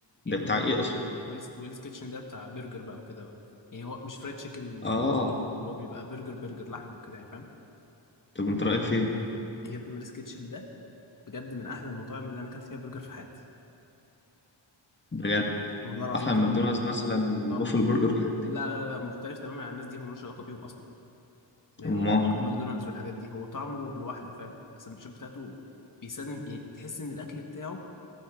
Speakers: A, on the left; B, on the left.
A: يا
B: ده
A: ابني
B: بتاع ايه اصلا
A: آه، ويلز ويلز كيتشن ده بتاع برجر بقى وكده يعني هو مش فرايد تشيكن
B: اه
A: برجر اللي هو بيبقى برجر برجر لحمه وكده يعني فاهم
B: طب انت رأيك فيه
A: يا ابني ويلز كيتشن ده بجد من احلى المطاعم اللي انا اكلت فيها برجر في حياتي
B: بجد
A: والله العظيم
B: احلى
A: طعمه
B: من ماكدونالدز مثلا وبوفل
A: طعمه
B: برجر والحاجات
A: لا
B: دي
A: لا لا لا، مختلف تماما عن الناس دي هو ملوش علاقة بيهم اصلا يعني
B: امال
A: مش واخد ماكدونالدز والحاجات دي هو طعمه لوحده فاهم السندوتشات بتاعته بيساندم يعني تحس ان الاكل بتاعه